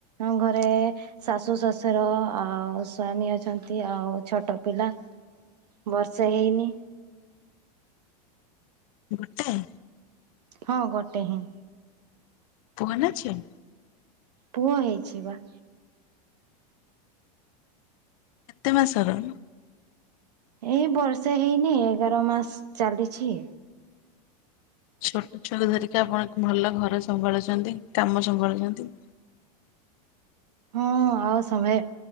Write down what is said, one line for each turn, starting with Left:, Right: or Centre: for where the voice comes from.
Right: ଆମ୍ ଘରେ ଶାଶୁ ଶଶୁର ଆଉ ସ୍ଵାମୀ ଅଛନ୍ତି ଆଉ ଛୋଟ ପିଲା।
Left: ହ <inaudible>
Right: ବର୍ଷେ ହେଇନି।
Left: ଗୋଟାଏ।
Right: ହଁ ଗୋଟେ ହିଁ।
Left: ପୁଅ ନାଁ ଝିଅ।
Right: ପୁଅ ହେଇଛି, ବା।
Left: କେତେ ମାସର?
Right: ଏଇ ବର୍ଷେ ହେଇନି, ଏଗାର ମାସ ଚାଲିଛି।
Left: ଛୋଟ ଛୁଆଙ୍କୁ ଧରିକି ଆପଣ ଭଲ ଘର ସମ୍ଭାଳୁଛନ୍ତି, କାମ ସମ୍ଭାଳୁଛନ୍ତି।
Right: ହଁ, ଆଉ ସମ୍ଭା